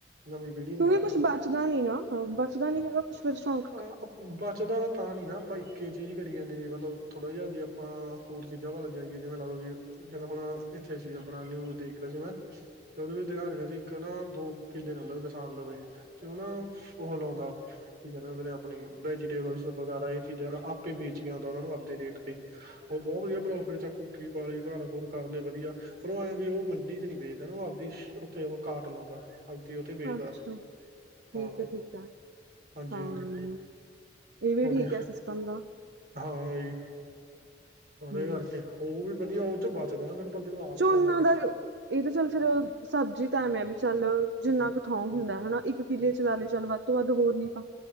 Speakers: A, on the right (about 55°); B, on the right (about 70°).
A: ਨਵੀਂ ਪੀੜ੍ਹੀ ਨੀ
B: ਕਿਉਂਕਿ
A: ਕਰਦੀ
B: ਕੁਛ ਬਚਦਾ ਨੀ ਨਾ ਬੱਚਦਾ ਨੀ ਹੈਗਾ ਸ਼ ਸ਼ੋਂ
A: ਹਾਂ ਬਚਦਾ ਤਾਂ ਤਾਂ ਨੀ ਨਾ ਆਪਾਂ ਇੱਕੇ ਚੀਜ਼ ਕਰੀਏ ਨੇ ਮਤਲਬ ਥੋੜਾ ਜਿਹਾ ਜੇ ਆਪਾਂ ਹੋਰ ਚੀਜ਼ਾਂ ਵੱਲ ਜਾਈਏ ਜਿਵੇਂ ਲ ਲਓ ਵੀ ਜਦੋਂ ਹੁਣ ਇੱਥੇ ਸੀ ਆਪਣਾ ਨਿਊਜ਼ ਦੇਖਦਾ ਸੀ ਮੈਂ ਜਦੋਂ ਵੀ ਦਿਖਾ ਕੇ ਗਿਆ ਸੀ ਇੱਕ ਨਾ ਦੋ ਕਿੱਲੇ ਨਾਲ ਲਵੇ ਕਿਸਾਨ ਲਵੇ ਕਿਉਂ ਨਾ ਉਹ ਲਾਉਂਦਾ ਠੀਕ ਹੈ ਉਹ ਨੇ ਆਪਣੀ ਵੈਜੀਟੇਬਲ ਵਗੈਰਾ ਇਹ ਚੀਜ਼ਾਂ ਆਪੇ ਵੇਚ ਕੇ ਆਉਂਦਾ ਉਹ ਨੂੰ ਆਪਣੇ ਰੇਟ ਤੇ ਉਹ ਬਹੁਤ ਵਧੀਆ ਪ੍ਰੋਫਿਟ ਚ ਕੋਠੀ ਪਾ ਲੀ ਘਰ ਘਰ ਕਰ ਲ ਵਧੀਆ ਪਰੋ ਐਂ ਵੀ ਉਹ ਮੰਡੀ ਚ ਨੀ ਵੇਚਦਾ ਨਾ ਉਹ ਆਪਦੀ ਉੱਥੇ ਉਹ ਕਾਟ ਲਾਉਂਦਾ ਉਥੇ
B: ਅੱਛਾ
A: ਬੇਚਦਾ
B: ਠੀਕ
A: ਹਾਂ
B: ਹੈ ਠੀਕ ਹੈ
A: ਹਾਂਜੀ
B: ਹਾਂ
A: ਹਾਂਜੀ
B: ਇਹ ਵੀ
A: ਉਹਦੇ
B: ਠੀਕ ਹੈ ਸਿਸਟਮ ਦਾ
A: ਹਾਂ ਜੀ ਉਹਦੇ
B: ਹੂੰ
A: ਕਰਕੇ ਉਹ ਵੀ ਵਧੀਆ ਉਹ ਚੋਂ ਬਚਦਾ ਨਾ ਫਿਰ ਬੰਦੇ ਨੂੰ ਆਪ
B: ਝੋਨਾ
A: ਤੋੜਨਾ ਪੈਂਦਾ
B: ਦਾ ਇਹ ਤਾਂ ਚੱਲ ਫੇਿਰ ਸਬਜ਼ੀ ਤਾਂ ਮ ਹੈ ਵੀ ਚੱਲ ਜਿੰਨਾ ਕੁ ਥੋਂ ਹੁੰਦਾ ਹੈਾ ਇੱਕ ਕਿੱਲੇ ਚ ਲਾ ਲਏ ਚੱਲ ਵੱਧ ਤੋਂ ਵੱਧ ਹੋਰ ਨੀ ਤਾਂ।